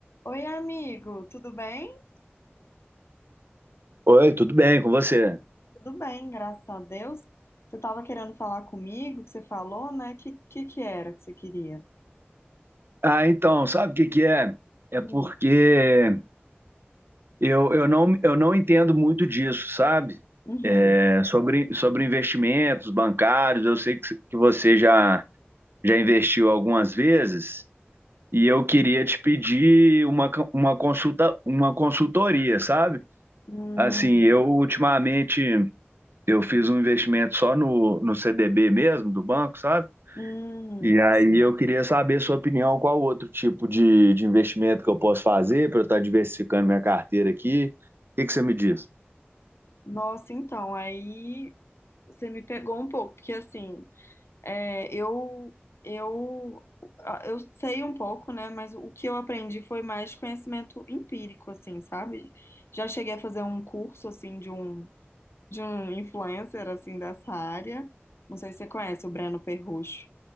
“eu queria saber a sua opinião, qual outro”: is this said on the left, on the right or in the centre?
Right